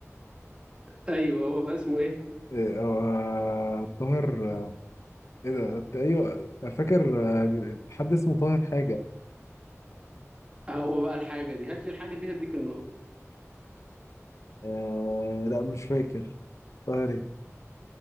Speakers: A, on the right (about 20°); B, on the left (about 70°).
A: أيوه هو بقى اسمه إيه؟
B: آه، آه، طاهر آه، ايه ده ايوه فاكر آه، حد اسمه طاهر حاجة
A: هو بقى الحاجة دي هات لي الحاجة دي هديك النقطة
B: آه، لا مش فاكر طاهر ايه